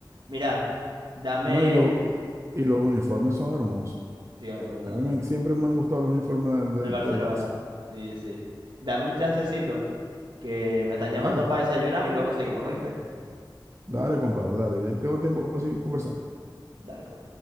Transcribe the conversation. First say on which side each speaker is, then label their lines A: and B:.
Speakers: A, on the right; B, on the right.
A: Mira, dame,
B: No, y los, y, y los uniformes son hermosos.
A: sí, a mí me gusta
B: A
A: también,
B: mí me- siempre me han gustado los uniformes del,
A: del Barcelona,
B: del Barça.
A: sí, sí. Dame un chancecito, que me están llamando
B: Dale,
A: para desayunar y luego seguimos, ¿oíste?
B: dale, compadre, dale. Ya tengo tiempo para seguir conversando.
A: Dale, pues.